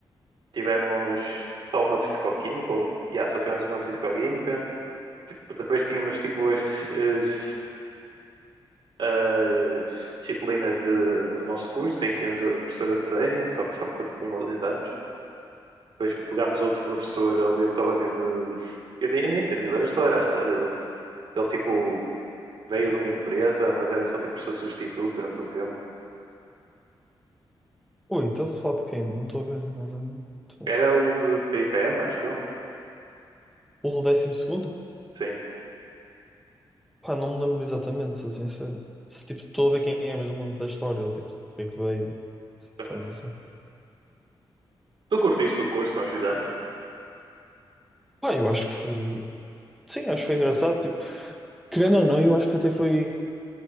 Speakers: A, on the right; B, in the centre.
A: Tivemos só uma de fisicoquímica, ou- yeah, só tivemos uma de fisicoquímica. Depois tínhamos tipo as, as- as disciplinas de- do nosso curso, em que tínhamos a professora de desenho, só que só ficou tipo um ou dois anos. Depois pegámos outro professor aleatório de. Eu nem, eu nem entendi, lembras qual era a história dele? Ele tipo veio de uma empresa, mas era só tipo professor substituto durante um tempo.
B: Ui, estás a falar de quem? Não estou a ver, mas é muito...
A: Era o de PIPM, acho eu.
B: O do décimo segundo?
A: Sim.
B: Pá, não me lembro exatamente, sou sincero. Se, tipo, estou a ver quem é, mas não me lembro da história, ou, tipo, porque é que veio,
A: Então,
B: cenas assim.
A: Tu curtiste o curso que nós fizemos?
B: Pá, eu acho que foi... Sim, acho que foi engraçado, tipo... Querendo ou não, eu acho que até foi